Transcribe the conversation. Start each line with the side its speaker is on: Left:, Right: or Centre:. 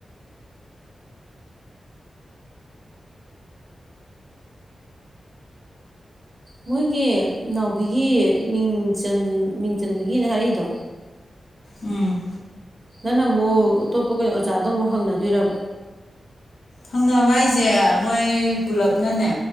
Right: ꯃꯣꯏꯒꯤ ꯅꯥꯎꯕꯤꯒꯤ ꯃꯤꯡꯆꯟ ꯃꯤꯡ ꯆꯟꯕꯒꯤꯅ ꯍꯥꯏꯔꯛꯏꯗꯣ
Left: ꯎꯝ
Right: ꯅꯪꯅ ꯑꯃꯨꯛ ꯑꯇꯣꯞꯄ ꯀꯩ ꯑꯣꯖꯥꯗꯣ ꯑꯃꯨꯛ ꯍꯪꯅꯗꯣꯏꯔꯕ
Left: ꯈꯪꯅꯕ ꯍꯥꯏꯁꯦ ꯃꯣꯏ ꯄꯨꯂꯞꯅꯅꯦ